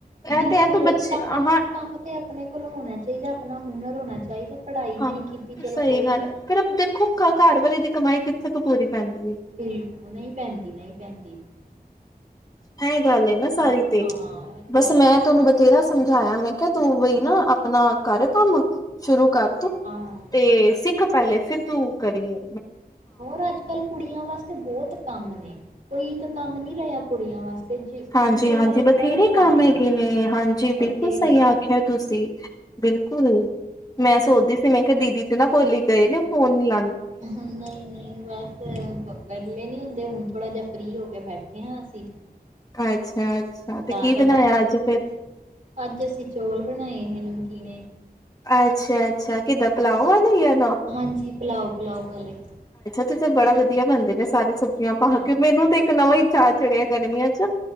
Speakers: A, on the left (about 20°); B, on the right (about 55°).
A: ਇਹ
B: ਬਿਲਕੁਲ
A: ਤੇ ਹੈ ਤੂੰ ਬੱਚੇ
B: ਕੰਮ
A: ਹਾਂ
B: ਆਪਣਾ ਕੰਮ ਤੇ ਆਪਣੇ ਕੋਲ ਹੋਣਾ ਚਾਹੀਦਾ ਆਪਣਾ ਹੁਨਰ ਹੋਣਾ ਚਾ ਚਾਹੀਦਾ ਪੜ੍ਹਾਈ ਨਹੀਂ
A: ਹਾਂ,
B: ਕੀਤੀ ਚਲੋ
A: ਸਹੀ
B: ਕੋਈ
A: ਗੱਲ
B: ਨੀ।
A: ਐ ਫਿਰ ਦੇਖੋ ਘ ਘਰ ਵਾਲੇ ਦੀ ਕਮਾਈ ਕੀ ਕਿਥੋ ਪੂਰੀ, ਪੈਂਦੀ
B: ਬਿਲਕੁਲ ਨਹੀਂ ਪੈਂਦੀ ਨਹੀਂ ਪੈਂਦੀ।
A: ਹੈਂ, ਗੱਲ ਨਾ ਸਾਰੀ
B: ਹਾਂ,
A: ਤੇ
B: ਇਹ
A: ਬਸ
B: ਹੈ।
A: ਮੈਂ ਤੇ ਉਨੂੰ ਬਥੇਰਾ ਸਮਝਾਇਆ ਮੈਂ ਕਿਹਾ ਤੂੰ ਬਈ ਨਾ ਆ। ਆਪਣਾ ਘਰ, ਕੰਮ ਸ਼ੁਰੂ ਕਰ ਤੂੰ
B: ਹਾਂ,
A: ਤੇ ਸਿੱਖ ਪਹਿਲੇ ਫਿਰ, ਤੂੰ ਕਰੀਏ
B: ਹੋਰ ਅੱਜ ਕੱਲ੍ਹ ਕੁੜੀਆਂ ਵਾਸਤੇ ਬਹੁਤ ਕੰਮ ਨੇ ਕੋਈ ਇੱਕ ਕੰਮ ਨੀ ਰਿਹਾ ਕੁੜੀਆਂ ਵਾਸਤੇ ਜ
A: ਹਾਂਜੀ-ਹਾਂਜੀ,
B: ਜਿੰਨੇ ਮਤਲਬ
A: ਬਥੇਰੇ
B: ਬਹੁਤ
A: ਕੰਮ ਹੈਗੇ
B: ਅੱਜ
A: ਨੇ
B: ਦੇ।
A: ਹਾਂਜੀ
B: ਬਥੇਰੇ
A: ਬਿਲਕੁਲ ਸਹੀ ਆਖਿਆ ਤੁਸੀਂ ਬਿਲਕੁਲ ਮੈਂ ਸੋਚਦੀ ਮੈਂ ਕਿਹਾ ਦੀਦੀ ਤੇ ਨਾ ਭੋਲੀ ਹੀ ਗਏ ਨੇ ਫੋਨ ਨੀ ਲ
B: ਨਹੀਂ-ਨਹੀਂ ਬਸ ਬਦਲੇ ਨਹੀਂ ਹੁੰਦੇ। ਤੇ ਹੁਣ ਥੋੜ੍ਹਾ ਜਿਹਾ ਫਰੀ ਹੋ ਕੇ ਬੈਠੇ ਹਾਂ ਅਸੀਂ।
A: ਅੱਛਾ-ਅੱਛਾ
B: ਤਾਂ
A: ਤੇ ਕੀ
B: ਤੁਹਾਡਾ
A: ਬਣਾਇਆ
B: ਫੋਨ
A: ਅੱਜ
B: ਆਇਆ।
A: ਫਿਰ।
B: ਅੱਜ ਅਸੀਂ ਚੌਲ ਬਣਾਏ ਹੈ ਨਮਕੀਨ।
A: ਅੱਛਾ-ਅੱਛਾ, ਕਿੱਦਾਂ ਪੁਲਾਓ ਵਾਲੇ ਅ
B: ਹਾਂਜੀ, ਪਲਾਓ-ਪੁਲਾਓ ਵਾਲੇ।
A: ਉਥੇ ਤੇ ਬੜਾ ਵਧੀਆ ਬਣਦੇ ਨੇ ਸਾਰੇ ਸਬ ਸਬਜ਼ੀਆਂ ਪਾ
B: ਹਾਂਜੀ
A: ਕੇ ਮੈਨੂੰ ਤੇ ਇੱਕ ਨਵਾਂ ਹੀ ਚਾਅ ਚੜਿਆ ਗਰਮੀਆਂ ਚ।